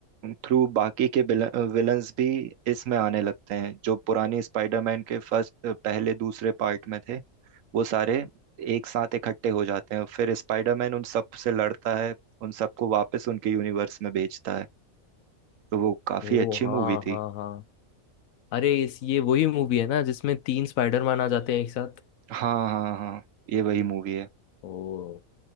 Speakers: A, on the right (about 75°); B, on the left (about 80°).
A: थ्रू बाकी के विलन्स भी इसमें आने लगते हैं जो पुराने स्पाइडरमैन के फर्स्ट पहले दूसरे पार्ट में थे वो सारे एक साथ इकट्ठे हो जाते हैं फिर स्पाइडरमैन उन सब से लड़ता है उन सबको वापस उनके यूनिवर्स में भेजता है तो वो काफी
B: ओ
A: अच्छी
B: हाँ
A: मूवी थी
B: हाँ हाँ अरे इस ये वही मूवी है ना जिसमें तीन स्पाइडरमैन आ जाते हैं एक साथ
A: हाँ हाँ हाँ ये वही मूवी है
B: ओ